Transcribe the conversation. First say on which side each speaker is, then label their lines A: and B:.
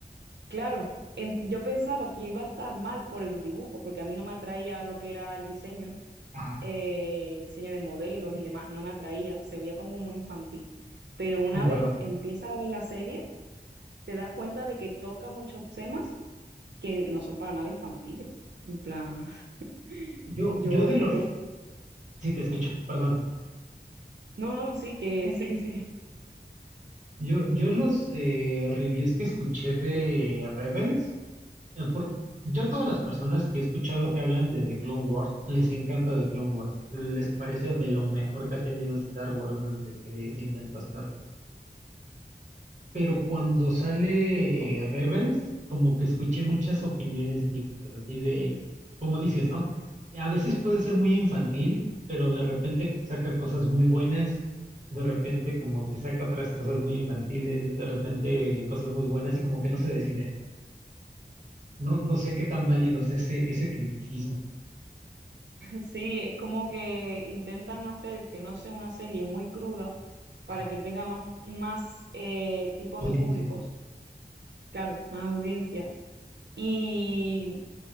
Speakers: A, on the right; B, on the right.
A: Claro, en- yo pensaba que iba a estar mal por el dibujo, porque a mí no me atraía lo que era el diseño,
B: Ajá,
A: eh, el diseño de modelos y demás, no me atraía, se veía como muy infantil. Pero una
B: concuerdo.
A: vez empiezas a ver la serie, te das cuenta de que toca muchos temas que no son para nada infantiles. En plan, <laughs>
B: Yo,
A: yo
B: yo de
A: flipé.
B: los, sí te escucho, perdón.
A: No, no, sí, que <laughs> sí, que sí.
B: Yo, yo los eh, reviews que escuché de Rebels, eh, por, yo todas las personas que he escuchado que hablan de, The Clone Wars, les encanta The Clone Wars. Les parece de lo mejor que ha tenido Star Wars desde que se inventó Star Wars. pero cuando sale Rebels, como que escuché muchas opiniones mixtas, así de, como dices, ¿no? A veces puede ser muy infantil, pero de repente saca cosas muy buenas, de repente como que saca otras cosas muy infantiles, de repente cosas muy buenas y como que no se deciden. No, no sé qué tan válido es ese, ese criticismo.
A: Sí, es como que intentan hacer que no sea una serie muy cruda
B: Ajá,
A: para que tenga más, más eh, tipo
B: audiencia.
A: de públicos claro, más audiencia. Y,